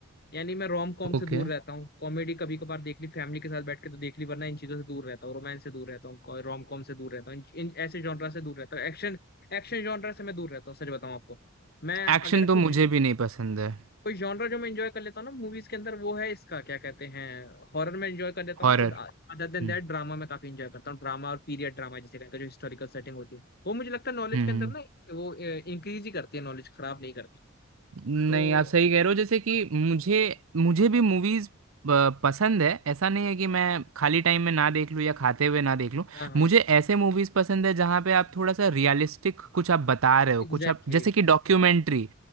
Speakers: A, on the left; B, on the right.
A: यानी मैं रोम कॉम से
B: ओके
A: दूर रहता हूँ कॉमेडी कभी कभार देख ली फैमिली के साथ बैठ के तो देख ली वरना इन चीजों से दूर रहता हूँ रोमांस से दूर रहता हूँ रोम कॉम से दूर रहता हूँ इन, इन ऐसे जॉनरा से दूर रहता हूँ एक्शन एक्शन जॉनरा से मैं दूर रहता हूँ सच बताऊँ आपको मैं
B: एक्शन
A: अगर
B: तो
A: कुछ
B: मुझे भी नहीं पसंद है
A: कोई जॉनरा जो मैं एंजॉय कर लेता हूँ ना मूवीज के अंदर वो है इसका क्या कहते हैं हॉरर में एंजॉय कर लेता हूँ
B: हॉरर
A: और अदर देन
B: हम्म
A: दैट ड्रामा में काफी एंजॉय करता हूँ ड्रामा और पीरियड ड्रामा जिसे कहते हैं जो हिस्टोरिकल सेटिंग होती है वो मुझे लगता है नॉलेज
B: हम्म
A: के
B: हम्म।
A: अंदर ना वो इंक्रीज ही करती है नॉलेज खराब नहीं करती
B: नहीं
A: तो
B: आप सही कह रहे हो जैसे कि मुझे मुझे भी मूवीज पसंद है ऐसा नहीं है कि मैं खाली टाइम में ना देख लूँ या खाते हुए ना देख लूँ
A: हाँ हाँ
B: मुझे ऐसे मूवीज पसंद है जहाँ पे आप थोड़ा सा रियलिस्टिक कुछ आप बता रहे हो
A: एग्जैक्टली
B: कुछ आप जैसे कि डॉक्यूमेंट्री